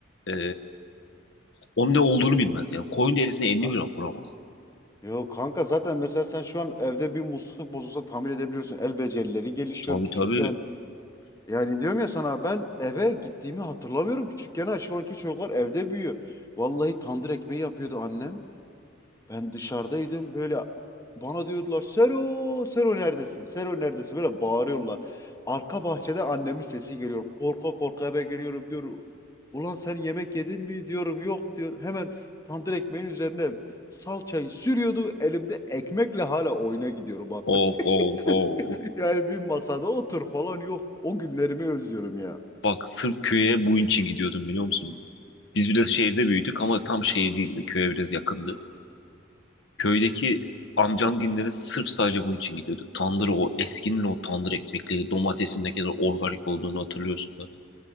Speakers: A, on the left; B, on the left.
A: e, onun ne olduğunu bilmez yani. Koyun derisine elini
B: Kanka-
A: bile vuramaz.
B: Yok kanka zaten mesela sen şu an evde bir musluk bozulsa tamir edebiliyorsun. El becerileri gelişiyor
A: Tabii
B: küçükken.
A: tabii.
B: Yani diyorum ya sana ben eve gittiğimi hatırlamıyorum küçükken ha. Şu anki çocuklar evde büyüyor. Vallahi tandır ekmeği yapıyordu annem. Ben dışarıdaydım böyle bana diyordular Sero, Sero neredesin? Sero neredesin? Böyle bağırıyorlar. Arka bahçede annemin sesi geliyor. Korka korka eve geliyorum diyor. Ulan sen yemek yedin mi? Diyorum yok diyor. Hemen tandır ekmeğin üzerine salçayı sürüyordu. Elimde ekmekle hala oyuna gidiyorum bak.
A: Of
B: <laughs>
A: of of.
B: Yani bir masada otur falan yok. O günlerimi özlüyorum ya.
A: Bak sırf köye bu için gidiyordum biliyor musun? Biz biraz şehirde büyüdük ama tam şehir değildi. Köye biraz yakındı. Köydeki amcamginlere sırf sadece bunun için gidiyorduk. Tandırı o eskinin o tandır ekmekleri domatesin ne kadar organik olduğunu hatırlıyorsun da.